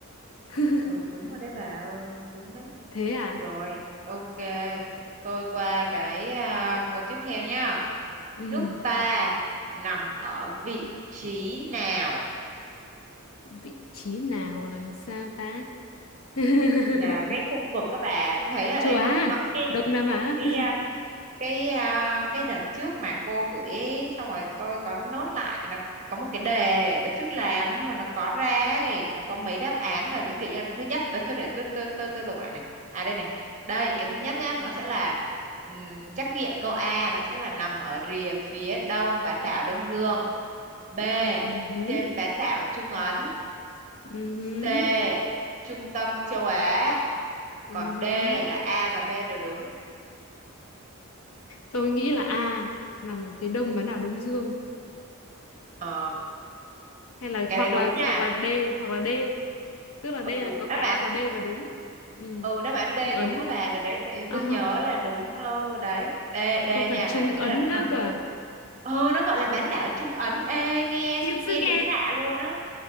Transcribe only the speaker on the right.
ừ đúng rồi đấy bà ơi, đúng đấy.
Rồi, ok. Tôi qua cái à, câu tiếp theo nhá.
Nước ta nằm ở vị trí nào?
là cái khu vực các bà tôi thấy ở
đây
nó nó cái
cái
à, cái à, cái đợt trước mà cô gửi ấy, xong rồi tôi có nốt lại nó có một cái đề đợt trước làm không mà nó có ra ấy, nó có mấy đáp án là giống kiểu như là cái thứ nhất để tôi để tôi tôi tôi tôi lục lại này à đây này đây cái thứ nhất nhá nó sẽ là ừm, trắc nghiệm câu A nó sẽ là nằm ở rìa phía đông bán đảo Đông Dương B
trên bán đảo Trung Ấn
C trung tâm châu Á
còn
D là A và B đều đúng
ờ
cái
đấy đúng
nha
ừ
đáp
án
ừ đáp án D
đúng á
bà để đấy tại vì
tôi nhớ là đúng ừ, đấy D D
nha
là tôi
nghĩ là nó nằm
ờ nó gọi là bán đảo Trung Ấn ê nghe
nghe
đúng lạ luôn á